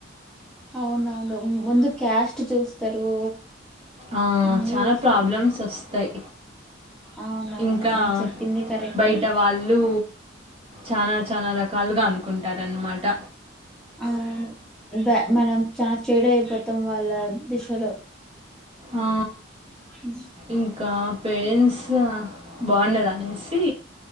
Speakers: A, in the centre; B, on the right.
A: అవునవును ముందు క్యాస్ట్ చూస్తరు
B: ఆ!
A: అన్ని
B: చాలా
A: చుస్
B: ప్రాబ్లమ్స్ వస్తాయి.
A: అవునవును
B: ఇంకా
A: మీరు చెప్పింది కరెక్టే
B: బయట వాళ్ళు చాలా చాలా రకాలుగా అనుకుంటారనమాట.
A: అవును బ మనం చాన్ చేడైపోతం వాళ్ళ దిశలో
B: ఆ
A: ఉహు
B: ఇంకా పేరెంట్స్ గ బాగుండదనేసి